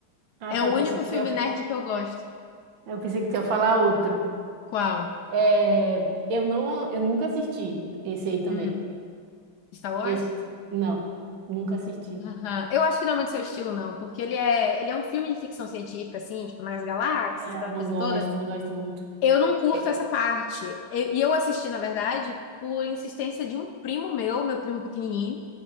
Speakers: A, on the right; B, on the left.
A: Ah,
B: É
A: tá,
B: o
A: eu
B: único
A: pensei que
B: filme
A: tu ia,
B: nerd que eu gosto.
A: eu pensei que tu ia falar outro.
B: Qual?
A: É, eu não, eu nunca assisti esse aí também.
B: Hum, Star Wars?
A: Esse, que tu- não, nunca assisti.
B: Aham. Eu acho que não é muito seu estilo, não, porque ele é, ele é um filme de ficção científica, assim, tipo, nas galáxias,
A: É,
B: aquela
A: eu não
B: coisa
A: gosto,
B: toda.
A: não gosto muito.
B: Eu não curto
A: É.
B: essa parte. E e eu assisti, na verdade, por insistência de um primo meu, meu primo pequenininho.